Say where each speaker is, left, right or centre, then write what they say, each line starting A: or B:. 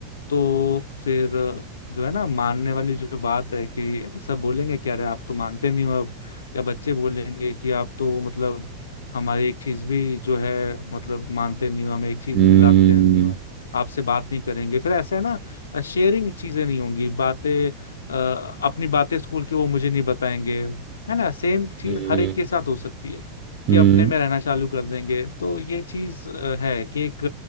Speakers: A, on the left (about 65°); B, on the right (about 35°).
A: तो फिर जो है ना मानने वाली जो बात है कि ऐसा बोलेंगे क्या रे आप तो मानते नहीं हो अब या बच्चे बोलेंगे कि आप तो मतलब हमारी एक चीज भी जो है मतलब मानते नहीं हो हमें एक चीज
B: हुआ
A: भी दिलाते नहीं हो
B: हुआ
A: आपसे बात नहीं करेंगे फिर ऐसा है ना शेयरिंग चीजें नहीं होंगी बातें अ, अपनी बातें स्कूल की वो मुझे नहीं बताएंगे है ना सेम चीज
B: हुआ
A: हर एक के साथ हो सकती है
B: हुआ
A: कि अपने में रहना चालू कर देंगे तो ये चीज अ, है कि एक